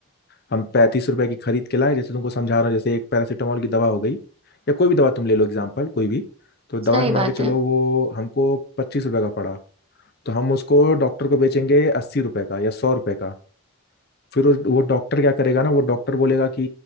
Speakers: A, on the left (about 45°); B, on the right (about 25°).
A: हम पैंतीस रुपए की खरीद के लाए जैसे तुमको समझा रहा हूँ जैसे एक पैरासीटामोल की दवा हो गई या कोई भी दवा तुम ले लो एग्जाम्पल कोई भी तो दवा
B: सही
A: के मान
B: बात
A: के चलो
B: है
A: वो हमको पच्चीस रुपए का पड़ा तो हम उसको डॉक्टर को बेचेंगे अस्सी रुपए का या सौ रुपए का फिर उस- वो डॉक्टर क्या करेगा ना वो डॉक्टर बोलेगा कि